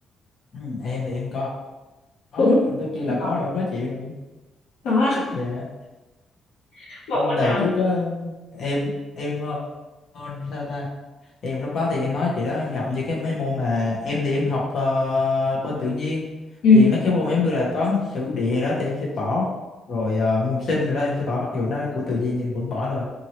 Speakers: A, on the left; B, on the left.
A: Ừ, em thì em có có
B: cũng
A: tất nhiên
B: cũng
A: là có
B: có
A: rồi em nói chị rồi
B: có
A: dạ
B: <laughs> bỏ môn
A: đời
B: nào
A: trước á em em ờ, sao ta em lúc đó thì em nói chị đó gặp như cái mấy môn mà em thì em học ờ, bên tự nhiên
B: Ừ,
A: thì mấy cái môn giống như là toán sử địa đó thì em sẽ bỏ rồi ờ, môn sinh rồi đó em sẽ bỏ mặc dù nó của tự nhiên nhưng em vẫn bỏ thôi